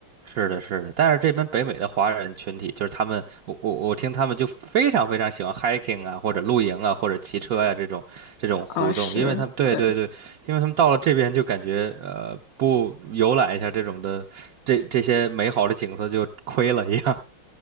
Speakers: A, on the right; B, on the left.
A: 是的，是的，但是这边北美的华人群体，就是他们，我我我听他们就非常非常喜欢 hiking 啊，或者露营啊，或者骑车呀、这种这种活动，
B: 啊，是对
A: 因为他们对对对，因为他们到了这边就感觉呃不游览一下这种的这这些美好的景色就亏了一样。